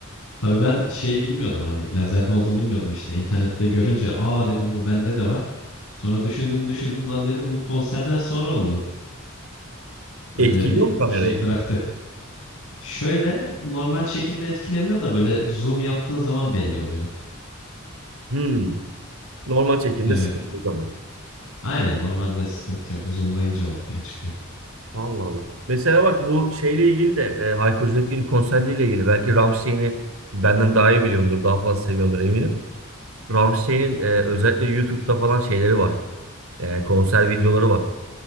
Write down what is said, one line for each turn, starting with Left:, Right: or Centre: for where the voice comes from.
Left: Tabii ben şey bilmiyordum hani lazerden olduğunu bilmiyordum işte. İnternette görünce aa dedim bu bende de var. Sonra düşündüm düşündüm lan dedim bu konserden sonra oldu. Öyle
Right: Etkiliyor
Left: bir
Right: mu kamerayı?
Left: şey bıraktı. Şöyle normal çekimde etkilemiyor da böyle zoom yaptığın zaman belli oluyor.
Right: Hmm. Normal çekimde
Left: Evet.
Right: sıkıntı yok ama.
Left: Aynen normalde sıkıntı yok. Zoomlayınca ortaya çıkıyor.
Right: Allah Allah. Mesela bak bu şeyle ilgili de e, Hayko Cepkin'in konserleriyle ilgili. Belki Rammstein'i benden daha iyi biliyordur. Daha fazla seviyordur eminim. Rammstein'in e, özellikle YouTube'da falan şeyleri var. E, konser videoları var.